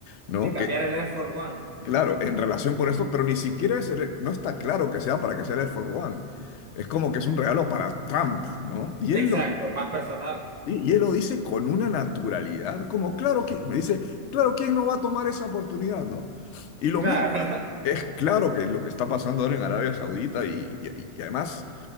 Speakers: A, on the left; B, on the right.
A: ¿no?
B: Sí, cambiar
A: Que
B: el Air Force One. <laughs>
A: Claro, en relación con esto, pero ni siquiera es el- no está claro que sea para que sea el Air Force One. Es como que es un regalo para Trump, ¿no? Y él
B: Exacto,
A: lo,
B: más personal.
A: y y él lo dice con una naturalidad, como claro que, me dice, claro, ¿quién no va a tomar esa oportunidad, ¿no? Y lo
B: Claro,
A: mismo, es claro que lo que está pasando ahora en Arabia Saudita y, y- y además